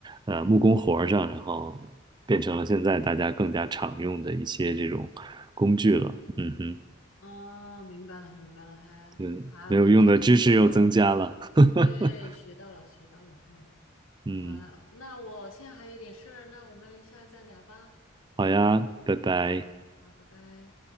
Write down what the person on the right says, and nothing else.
呃木工活儿上，然后变成了现在大家更加常用的一些这种工具了。嗯哼，
嗯，没有用的知识又增加了。
<laughs>
嗯，
好呀，拜拜。